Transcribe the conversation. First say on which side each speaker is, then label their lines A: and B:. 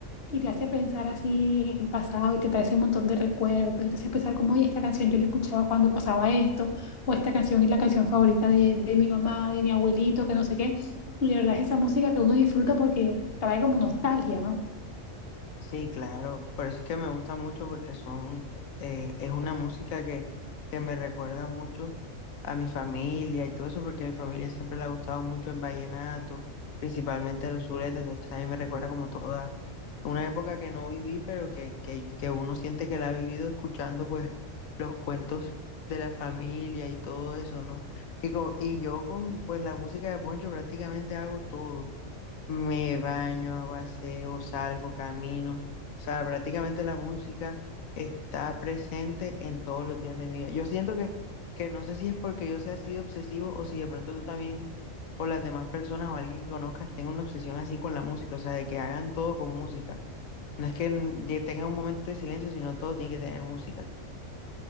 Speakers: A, on the left (about 45°); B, on the left (about 85°).
A: y te hace pensar así en el pasado y te trae ese montón de recuerdos y te hace pensar como, oye, esta canción yo la escuchaba cuando pasaba esto o esta canción es la canción favorita de, de mi mamá, de mi abuelito, que no sé qué. Y de verdad es esa música que uno disfruta porque trae como nostalgia, ¿no?
B: Sí, claro, por eso es que me gusta mucho porque son, eh, es una música que, que me recuerda mucho a mi familia y todo eso, porque a mi familia siempre le ha gustado mucho el vallenato, principalmente los zuletes, entonces también me recuerda como toda una época que no viví, pero que, que, que uno siente que la ha vivido escuchando pues los cuentos de la familia y todo eso, ¿no? Y, co- y yo con pues la música de Poncho prácticamente hago todo. Me baño, hago aseo, salgo, camino. O sea, prácticamente la música está presente en todos los días de mi vida. Yo siento que, que no sé si es porque yo sea así de obsesivo o si de pronto tú también o las demás personas o alguien que conozcas tenga una obsesión así con la música. O sea, de que hagan todo con música. No es que n- de- tenga un momento de silencio, sino todo tiene que tener música.